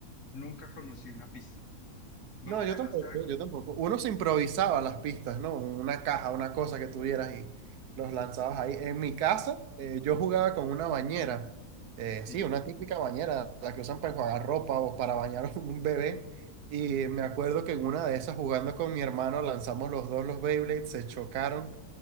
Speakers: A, on the left (about 55°); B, on the right (about 85°).
A: nunca conocí una pista. ¿Vos
B: No,
A: alcanzaste
B: yo tampoco,
A: a ver una?
B: yo tampoco. Uno se improvisaba las pistas, ¿no? Una caja, una cosa que tuvieras y los lanzabas ahí. En mi casa, eh, yo jugaba con una bañera, eh,
A: Sí,
B: sí, una típica bañera, la que usan para enjuagar ropa o para bañar <laughs> a un bebé. Y
A: sí.
B: me acuerdo que en una de esas, jugando con mi hermano, lanzamos los dos los Beyblades, se chocaron